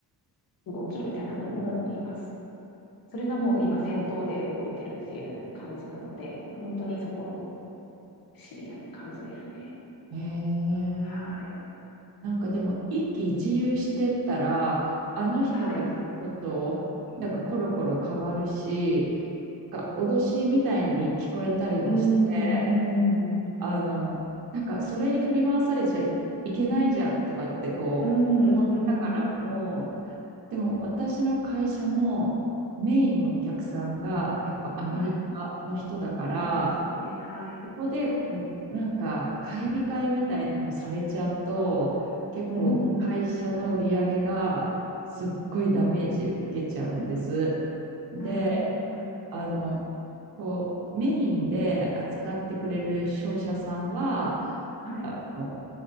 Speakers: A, on the left; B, on the right.
A: 動きみたいなのもいます。それがもう今先頭で動いてるっていうような感じなので、本当にそこ、シビアな感じですね。
B: へえ
A: はい。
B: なんかでも一喜一憂してったらあの人が言うことなんかコロコロ変わるしなんか脅しみたいに聞こえたりもして
A: はい。うーん、うーん、う
B: あの、なんかそれに振り回されちゃいけないじゃんとかってこう思ったからもう、
A: ーん、うーん、うーん、うん
B: でも私の会社もメインのお客さんがやっぱアメリカの人だから、
A: うんはい。そうですよね。はい。
B: ここでこうなんか買い控えみたいなのされちゃうと、結構会社の売り上げがすっごいダメージ受けちゃうんです。
A: うーん、
B: で、
A: あ
B: あの、こう、メインで扱ってくれる商社さんは、
A: あ、はい。
B: あの、